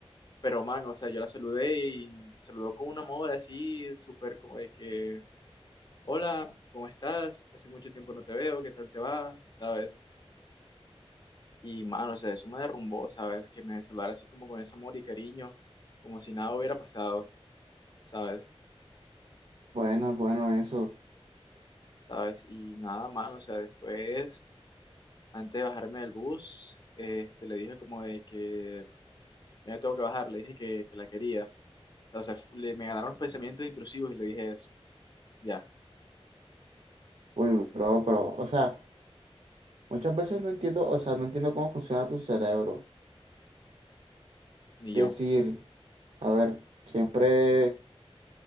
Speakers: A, on the left; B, on the right.
A: pero man, o sea, yo la saludé y me saludó con un amor así, súper como de que, hola, ¿cómo estás? Hace mucho tiempo no te veo, ¿qué tal te va? ¿Sabes? Y man, o sea, eso me derrumbó, ¿sabes? Que me saludara así como con ese amor y cariño, como si nada hubiera pasado, ¿sabes?
B: bueno, bueno, eso.
A: ¿Sabes? Y nada, man, o sea, después, antes de bajarme del bus, este, le dije como de que ya me tengo que bajar, le dije que, que la quería. O sea, fu- le, me ganaron pensamientos intrusivos y le dije eso. Ya,
B: Uy, bro, pero, o sea, muchas veces no entiendo, o sea, no entiendo cómo funciona tu cerebro.
A: ni
B: Decir,
A: yo.
B: a ver, siempre,